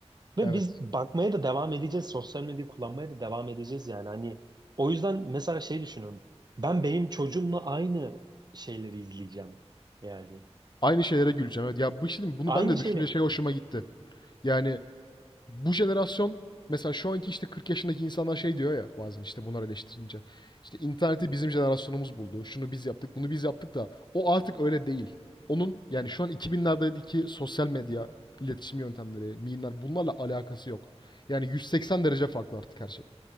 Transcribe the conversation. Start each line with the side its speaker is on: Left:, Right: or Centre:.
Right: Ve
Left: evet.
Right: biz bakmaya da devam edeceğiz. Sosyal medyayı kullanmaya da devam edeceğiz yani. Hani o yüzden mesela şey düşünüyorum. Ben benim çocuğumla aynı şeyleri izleyeceğim. Yani
Left: Aynı şeylere güleceğim. Evet. Ya, bu şimdi bunu
Right: aynı
Left: ben de
Right: şeyle.
Left: düşününce şey hoşuma gitti. Yani bu jenerasyon mesela şu anki işte 40 yaşındaki insanlar şey diyor ya bazen işte bunlar eleştirince. İşte interneti bizim jenerasyonumuz buldu. Şunu biz yaptık, bunu biz yaptık da o artık öyle değil. Onun yani şu an 2000'lerdeki sosyal medya iletişim yöntemleri, mimler bunlarla alakası yok. Yani 180 derece farklı artık her şey.